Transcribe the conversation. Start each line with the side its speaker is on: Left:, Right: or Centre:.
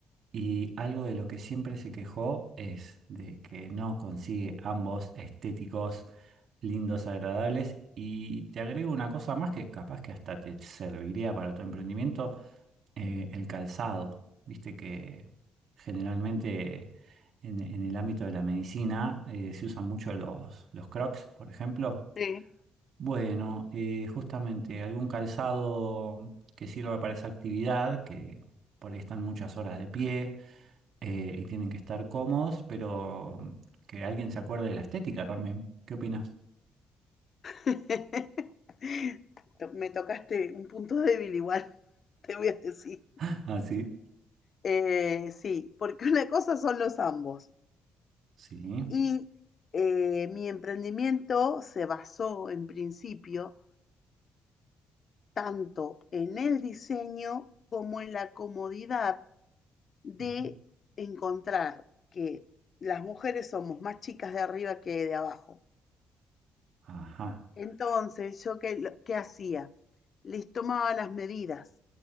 Right: Y algo de lo que siempre se quejó es de que no consigue ambos estéticos lindos, agradables. Y te agrego una cosa más que capaz que hasta te serviría para tu emprendimiento, eh, el calzado. Viste que generalmente en, en el ámbito de la medicina eh, se usan mucho los, los Crocs, por ejemplo.
Left: Sí.
Right: Bueno, eh, justamente algún calzado que sirva para esa actividad, que por ahí están muchas horas de pie eh, y tienen que estar cómodos, pero que alguien se acuerde de la estética también. ¿Qué opinas?
Left: <laughs> Me tocaste un punto débil igual, <laughs> te voy a decir.
Right: <laughs> Ah, sí.
Left: Eh, sí, porque una cosa son los ambos.
Right: Sí.
Left: Y eh, mi emprendimiento se basó en principio tanto en el diseño como en la comodidad de
Right: Ujú.
Left: encontrar que las mujeres somos más chicas de arriba que de abajo.
Right: Ajá.
Left: Entonces, ¿yo qué, lo- qué hacía? Les tomaba las medidas,